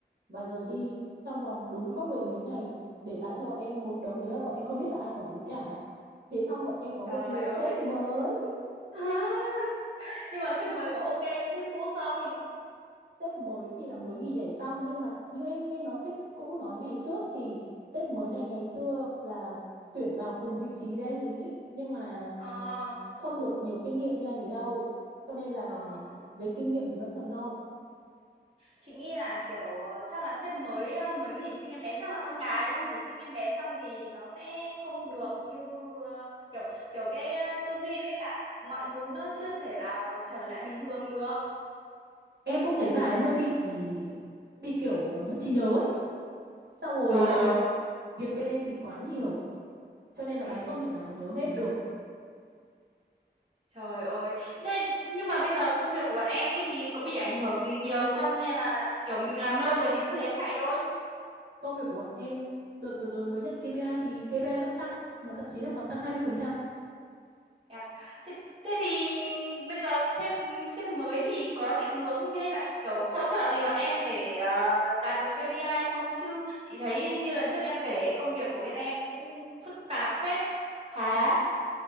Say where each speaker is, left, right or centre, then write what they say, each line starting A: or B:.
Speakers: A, on the right; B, on the right.
A: và rồi đi trong vòng đúng
B: Ờ,
A: có mười mấy ngày để lại cho bọn em một đống đấy mà bọn em không biết là ai quản lý cả thế xong bọn em có một
B: trời
A: người
B: ơi.
A: sếp mới
B: <laughs> Nhưng mà sếp mới có ok như sếp cũ không?
A: sếp mới thì là mới nghỉ đẻ xong nhưng mà như em nghe nó sếp cũ nói ngày trước thì sếp mới này ngày xưa là tuyển vào cùng vị trí với anh ý nhưng mà ừm,
B: Ờ.
A: không được nhiều kinh nghiệm như anh ý đâu cho nên là
B: Ờ.
A: ừm, về kinh nghiệm thì vẫn còn non
B: chị nghĩ là kiểu ờ, chắc là sếp mới ờ, mới nghỉ sinh em bé chắc là con gái đúng không nghỉ sinh em bé xong thì nó sẽ không được như ờ, kiểu kiểu cái ờ, tư duy với cả mọi thứ nó chưa thể nào trở lại bình thường được
A: em cũng thấy bà ấy hơi bị bị kiểu ờ, mất trí nhớ ấy. xong rồi
B: ờ ờ
A: việc việc bên em thì quá nhiều cho nên là
B: ừ.
A: bà ấy không thể nào mà nhớ hết được
B: trời ơi thế nhưng mà bây giờ công việc của bạn em ấy thì có bị ảnh hưởng gì nhiều không hay là kiểu mình làm lâu rồi thì cứ thế chạy thôi
A: công việc của bọn em đợt vừa rồi mới nhận KPI thì KPI vẫn tăng mà thậm chí là còn tăng hai mươi phần trăm
B: À, thế, thế thì bây giờ sếp sếp mới thì có định hướng hay là kiểu hỗ trợ gì bọn em để ờ, đạt được KPI không? Chứ chị thấy như lần trước em kể ấy, công việc của bên em cũng phức tạp phết, khó.